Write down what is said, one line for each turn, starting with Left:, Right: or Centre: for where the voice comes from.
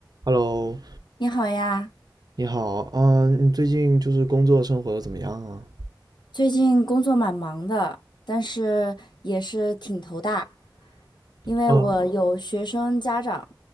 Right: Hello，
Left: 你好呀，
Right: 你好，嗯，你最近就是工作生活的怎么样啊？
Left: 最近工作蛮忙的，但是也是挺头大，因为我有学生家长，
Right: 嗯，